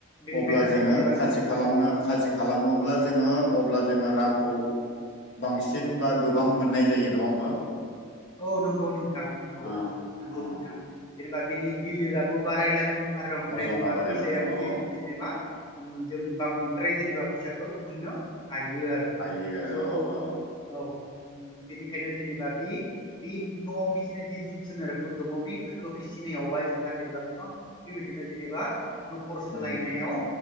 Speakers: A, on the left; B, on the left.
A: बेनिखायनो
B: अब्ला जोङो
A: जेनेबा
B: खासि
A: गोदो
B: खालामना खासि खालामोब्ला जोङो अब्ला जोङो रां खौ बांसिन बा गोबां मोननाय जायो नङा होमबा?
A: औ नंगौ नोंथां नंगौ
B: ओ
A: नंगौ
B: ओ
A: नोंथां जेनेबा बिनि गिलिराबो बारायलाङो आरो ओमफ्राय
B: अजना
A: जेनेबा
B: बारायलाङो
A: फैसायाबो बिदिनो
B: औ
A: जेनेबा जों बांद्राय जेनेबा फैसाखो मोननो हायो आरो
B: हायो आरो
A: स
B: औ औ
A: औ बेनिखायनो जेनेबा बे बि नआव फिसिनाय जि जिब जुनारफोर दङ बिफोरखौ फिसिनायावबा जोंहा जेनेबा गोबां बेबायदि बिदिनो जेनेबा नखर सालायनायाव
B: उम